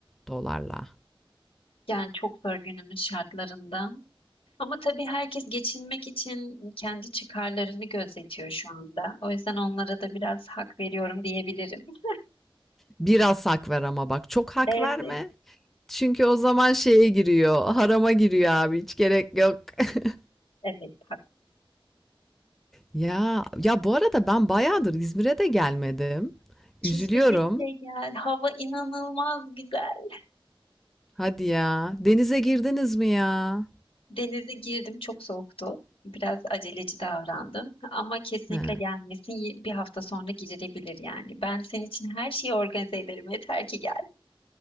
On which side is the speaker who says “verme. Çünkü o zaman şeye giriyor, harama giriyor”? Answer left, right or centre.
Centre